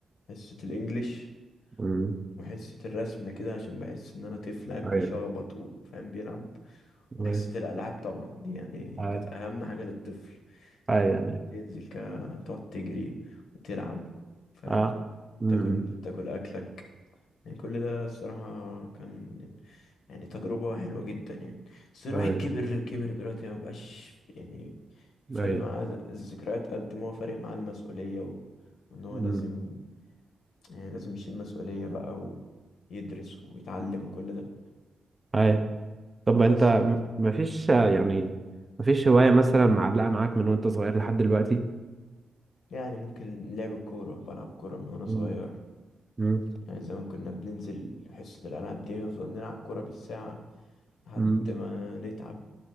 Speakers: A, on the left; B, on the right.
A: حصة الانجليش
B: أمم
A: وحصة الرسم كده عشان بحس إن أنا طفل قاعد بيشخبط
B: أيوة
A: وفاهم بيلعب وحصة
B: أيوة
A: الألعاب طبعا دي يعني
B: آه.
A: كانت أهم حاجة للطفل
B: أي
A: إن هو
B: يعني
A: تنزل كده تقعد تجري وتلعب فاهم
B: آه أمم
A: تاكل تاكل أكلك يعني كل ده الصراحة كان يعني تجربة حلوة جدا يعني بس الواحد
B: أيوة
A: كبر كبر دلوقتي ما بقاش يعني فارق
B: أيوة
A: معاه الذكريات قد ما هو فارق معاه المسؤولية و... وإن هو
B: أمم
A: لازم يعني لازم يشيل مسؤولية بقى ويدرس ويتعلم وكل ده
B: أيوة طب أنت
A: بس
B: م- مفيش آه، يعني مفيش هواية مثلا معلقة معاك من وأنت صغير لحد دلوقتي؟
A: يعني ممكن لعب الكورة بلعب كورة من وأنا صغير
B: أمم أمم
A: يعني زمان كنا بننزل حصة الألعاب دي نفضل نلعب كورة بالساعة لحد
B: أمم
A: ما نتعب